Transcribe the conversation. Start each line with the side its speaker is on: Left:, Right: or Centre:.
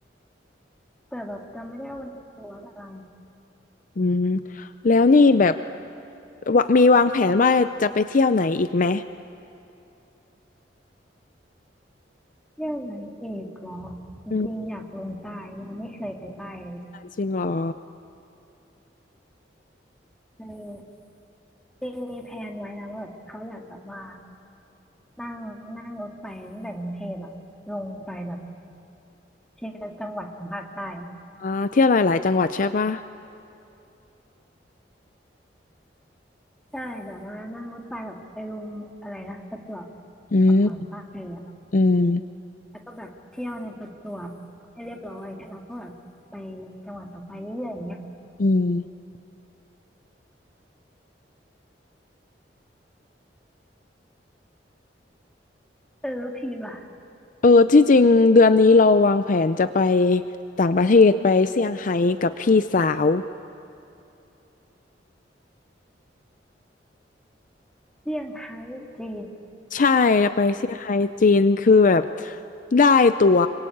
Centre: แต่แบบจำไม่ได้ว่ามันคือวัดอะไร
Left: อืมแล้วนี่แบบวะมีวางแผนว่าจะไปเที่ยวไหนอีกไหม
Centre: เที่ยวไหนอีกเหรอจริงๆอยากลงใต้ยังไม่เคยไปใต้เลย
Left: อืมจริงเหรอ
Centre: เออจริงมีแพลนไว้นะว่าแบบเขาอยากแบบว่านั่งนั่งรถไปตั้งแต่กรุงเทพอะลงไปแบบทีละจังหวัดของภาคใต้
Left: อ่าเที่ยวหลายๆจังหวัดใช่ปะ
Centre: ใช่แบบว่านั่งรถไฟแบบไปลงอะไรนะประจว
Left: อืม
Centre: บก่อนปาเออ
Left: อืม
Centre: แล้วก็แบบเที่ยวในประจวบให้เรียบร้อยอย่างเงี้ยเราก็แบบไปจังหวัดต่อไปเรื่อยๆอย่างเงี้ย
Left: อืม
Centre: เออแล้วพีมล่ะ
Left: เออที่จริงเดือนนี้เราวางแผนจะไปต่างประเทศไปเซี่ยงไฮ้กับพี่สาว
Centre: เซี่ยงไฮ้จีน
Left: ใช่ไปเซี่ยงไฮ้จีนคือแบบได้ตั๋ว